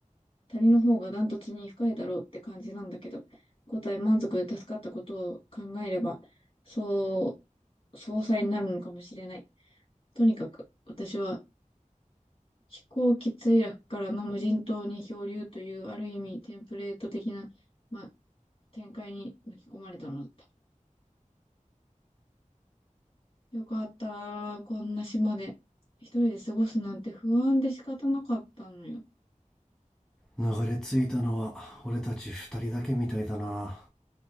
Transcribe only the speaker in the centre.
流れ着いたのは俺たち二人だけみたいだな。